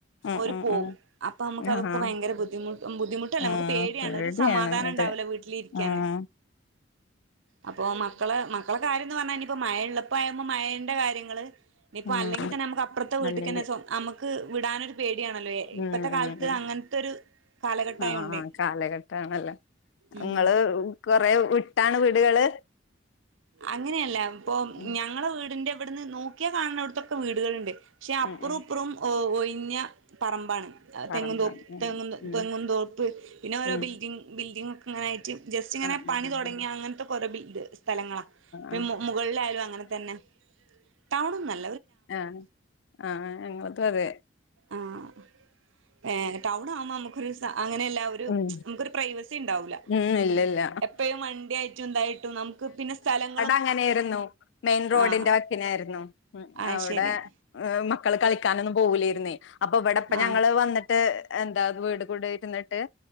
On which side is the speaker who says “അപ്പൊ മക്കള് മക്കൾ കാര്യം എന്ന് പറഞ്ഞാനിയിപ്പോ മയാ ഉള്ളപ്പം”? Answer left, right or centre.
Right